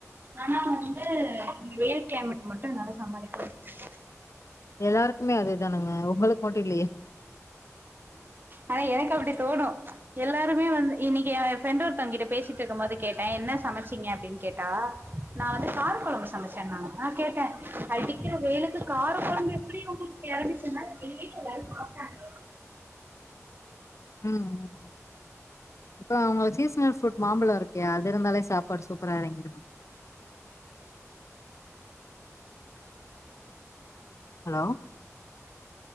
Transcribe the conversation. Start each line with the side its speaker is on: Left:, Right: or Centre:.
Right: ஆனா வந்து இங்க வெயில் கிளேமேட் மட்டு என்னால சமாளிக்க முடில
Left: எல்லாருக்குமே அதேதானுங்க உங்களுக் மட்டு இல்லையே
Right: ஆனா எனக்கு அப்டி தோணு எல்லாருமே வந்து இன்னைக்கு என் ஃபிரெண்டு ஒருத்தவங்கிட்ட பேசிட்டிருக்குமோது கேட்ட என்ன சமைச்சீங்க அப்டின் கேட்டா நான் வந்து கார கொழம்பு சமச்சேன்னாங்க நா கேட்ட அடிக்கிற வெய்லுக்கு கார கொழம்பு எப்பிடி உங்குளுக் கேட்டதுக் சொன்னா எங்க வீட்ல எல்லாரு சாப்ட்டாங்க
Left: ம் ம் ம் இப்போ உங்குளுக் சீசனல் ஃபரூட் மாம்பழோ இருக்கே அது இருந்தாலே சாப்பாடு சூப்பரா எறங்கிருமே ஹலோ